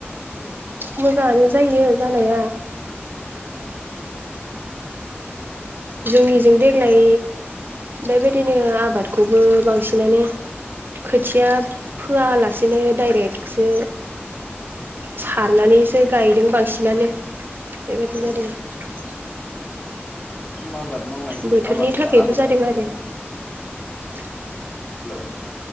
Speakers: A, on the left; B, on the right.
A: औ औ।
B: मोजाङानो जायो जानाया जोंनिजों देग्लाय बेबायदिनो आबाद। खौबो बांसिनानो खोथिया फोआलासे लासिनो डाइरेक्टसो। सारनानैसो गायदों बांसिनानो बेबायदिनो
A: औ
B: जादों।
A: औ जुम आबाद मावनाय
B: बोथोरनि थाखायबो
A: आदब
B: जादों
A: खान्थिया।
B: आरो <inaudible>
A: हेल'।